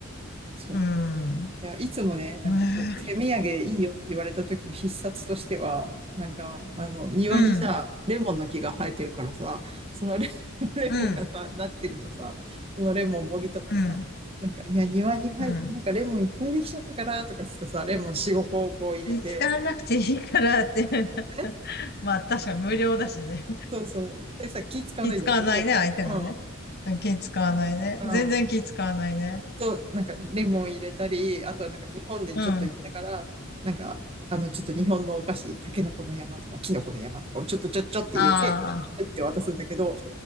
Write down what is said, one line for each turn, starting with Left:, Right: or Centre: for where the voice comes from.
Right: そう。
Left: うん。
Right: いや、いつもね、なんかこう、
Left: ね
Right: 手土産いいよって言われた時の必殺としては、なんか、あの、庭にさ、
Left: えうん、
Right: レモンの木が生えてるからさ、そのレ、<laughs> レモンがさ、
Left: うん、
Right: なってるとさ、そのレモンもぎ取ってさ、
Left: うん、
Right: なんか、いや、庭に生え、
Left: うん。
Right: なんかレモンいっぱいできちゃったから、とかつってさ、レモン4、5個をこう入れて、
Left: 気使わなくていいからって。
Right: え
Left: <laughs> まあ確かに無料だしね。
Right: そうそう。でさ、気使わないじゃん、
Left: 気使わないね、
Right: 向こうも。
Left: 相手もね。
Right: うん。
Left: うん気使わないね。
Right: うん
Left: 全然気使わないね。
Right: と、なんかレモン入れたり、あとはなんか日本でちょっと行ったから、
Left: うん。あ
Right: なんか、あの、ちょっと日本のお菓子、タケノコの山とかキノコの山とかをちょっとちょっちょって入れて、
Left: あ、
Right: 入って渡すんだけど、